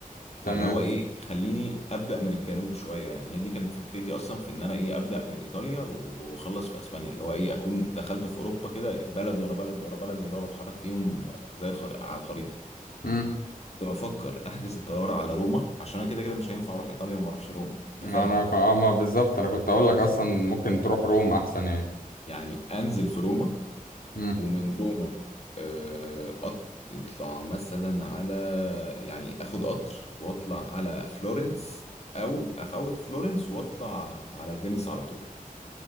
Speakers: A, on the left; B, on the left.
A: فاللي
B: تمام
A: هو ايه خليني ابدا من الجنوب شويه يعني هي دي كانت فكرتي اصلا في ان انا ايه ابدا من ايطاليا واخلص في اسبانيا اللي هو ايه اكون دخلت في اوروبا كده بلد ورا بلد ورا بلد اللي هو بتحرك فيهم زي الخريطه على الخريطه
B: امم
A: كنت بفكر احجز الطياره على روما عشان انا كده كده مش هينفع اروح ايطاليا وما اروحش روما انت
B: انا
A: فاهم
B: ك- اه ما بالظبط انا كنت اقول لك اصلا ممكن تروح روم احسن يعني
A: يعني انزل في روما
B: امم
A: ومن روما آه، قط- يطلع مثلا على يعني اخد قطر واطلع على فلورنس او افوت فلورنس واطلع على فينيس على طول